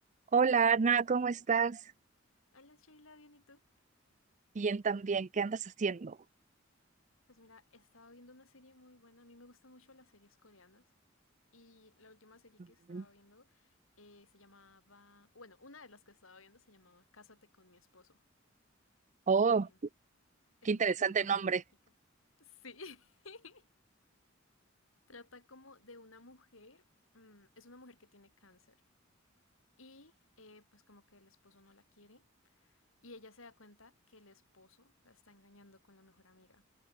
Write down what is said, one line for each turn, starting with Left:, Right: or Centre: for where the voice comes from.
Right: Hola Ana, ¿cómo estás?
Left: Hola Sheila, bien, ¿y tú?
Right: Bien también, ¿qué andas haciendo?
Left: Pues mira, he estado viendo una serie muy buena. A mí me gustan mucho las series coreanas. Y la última serie
Right: Mm.
Left: que estaba viendo eh, se llamaba. Bueno, una de las que estaba viendo se llamaba Cásate con mi esposo.
Right: Oh,
Left: Eh, es
Right: qué
Left: una
Right: interesante
Left: serie muy
Right: nombre.
Left: dramática. Sí. <laughs> Trata como de una mujer. mm, es una mujer que tiene cáncer. Y eh, pues como que el esposo no la quiere. Y ella se da cuenta que el esposo la está engañando con la mejor amiga.